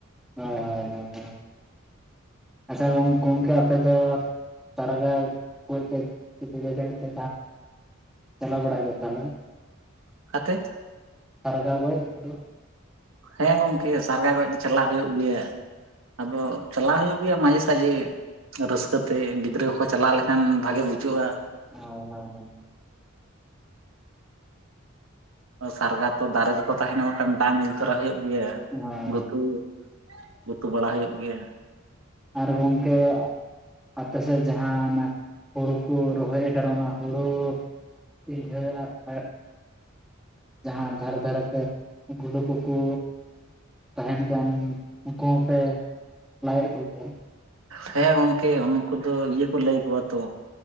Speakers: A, in the centre; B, on the right (about 75°).
A: ᱦᱳᱭ ᱦᱳᱭ ᱦᱮᱸ ᱦᱮᱸ ᱟᱪᱪᱷᱟ ᱜᱚᱝᱠᱮ ᱚᱱᱠᱟ ᱟᱯᱮ ᱫᱚ ᱛᱟᱨᱜᱟᱣ ᱜᱚᱡ ᱯᱮ ᱪᱟᱞᱟᱣ ᱵᱟᱲᱟᱜ ᱜᱮᱭᱟ ᱛᱟᱦᱞᱮ?
B: ᱟᱠᱟ ᱛᱮ?
A: ᱥᱟᱨᱜᱟ ᱜᱚᱡᱽ ᱜᱩᱰᱩ
B: ᱦᱮᱸ ᱜᱚᱝᱠᱮ ᱥᱟᱨᱜᱟ ᱜᱚᱡ ᱫᱚ ᱪᱟᱞᱟᱜ ᱦᱩᱭᱩᱜ ᱜᱮᱭᱟ᱾ ᱟᱫᱚ ᱪᱟᱞᱟᱜ ᱦᱩᱭᱩᱜ ᱜᱮᱭᱟ ᱢᱟᱡᱷᱮ ᱥᱟᱡᱷᱮ ᱨᱟᱹᱥᱠᱟᱹ ᱛᱮ ᱜᱤᱫᱽᱨᱟᱹ ᱠᱚᱠᱚ ᱪᱟᱞᱟᱣ ᱞᱮᱠᱷᱟᱱ ᱵᱷᱟᱜᱮ ᱵᱩᱡᱷᱟᱹᱜ-ᱟ᱾
A: ᱚ ᱦᱮᱸ ᱦᱮᱸ
B: ᱥᱟᱨᱜᱟ ᱛᱚ ᱫᱟᱨᱮ ᱨᱮᱠᱚ ᱛᱟᱦᱮᱱᱟ ᱢᱤᱫᱴᱟᱝ ᱰᱟᱝ ᱤᱫᱤ ᱛᱚᱨᱟ ᱦᱩᱭᱩᱜ ᱜᱮᱭᱟ
A: ᱦᱳᱭ
B: ᱜᱩᱛᱩ ᱜᱩᱛᱩ ᱵᱟᱲᱟ ᱦᱩᱭᱩᱜ ᱜᱮᱭᱟ᱾
A: ᱟᱨ ᱜᱚᱝᱠᱮ ᱟᱯᱮ ᱥᱮᱫ ᱡᱟᱦᱟᱸ ᱚᱱᱟ ᱦᱩᱲᱩ ᱠᱩ ᱨᱚᱦᱚᱭ ᱟᱠᱟᱫᱟ ᱚᱱᱟ ᱦᱩᱲᱩ <unintelligible> ᱡᱟᱦᱟᱸ ᱫᱷᱟᱨᱮ ᱫᱷᱟᱨᱮ ᱛᱮ ᱜᱩᱰᱩ ᱠᱩ ᱠᱩ ᱛᱟᱦᱮᱱ ᱠᱟᱱ ᱩᱝᱠᱩ ᱦᱚᱸᱯᱮ ᱞᱟᱭᱮᱫ ᱠᱚᱜᱮᱭᱟ?
B: ᱦᱮᱸ ᱜᱚᱝᱠᱮ ᱩᱱᱠᱩ ᱫᱚ ᱤᱭᱟᱹ ᱠᱚ ᱞᱟᱹᱭ ᱠᱚᱣᱟ ᱛᱚ,